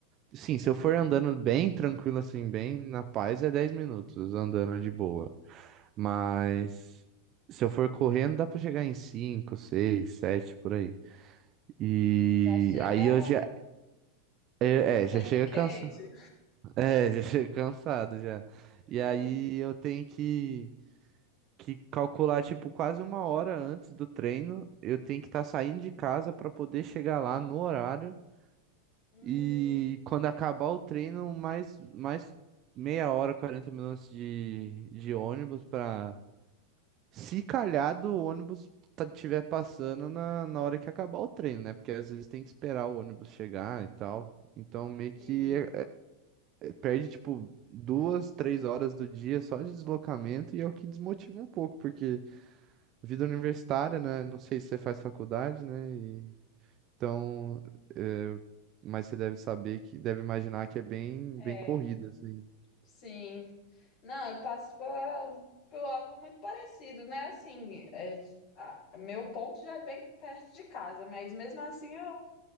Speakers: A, on the right; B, on the left.
A: sim, se eu for andando bem tranquilo assim, bem na paz, é 10 minutos andando de boa. Mas se eu for correndo, dá pra chegar em 5, 6, 7 por aí. E
B: Já chega
A: aí eu já é,
B: com sangue
A: é, já chega
B: quente.
A: cansado. <laughs> É, já chego cansado já.
B: <laughs>
A: E aí eu tenho que, que calcular, tipo, quase uma hora antes do treino. Eu tenho que estar saindo de casa para poder chegar lá no horário.
B: Hum,
A: E quando acabar o treino, mais, mais meia hora, 40 minutos de, de ônibus para se calhar do ônibus tá- tiver passando na, na hora que acabar o treino, né? Porque às vezes tem que esperar o ônibus chegar e tal. Então meio que
B: sim,
A: perde, tipo, duas, três horas do dia só de deslocamento e é o que desmotiva um pouco, porque vida universitária, né? Não sei se você faz faculdade, né? e- então, é, mas você deve saber que, deve imaginar que é bem,
B: é,
A: bem corrida, assim.
B: sim. Não, eu passo por, por algo muito parecido, né? Assim, é, a- meu ponto já é bem perto de casa, mas mesmo assim eu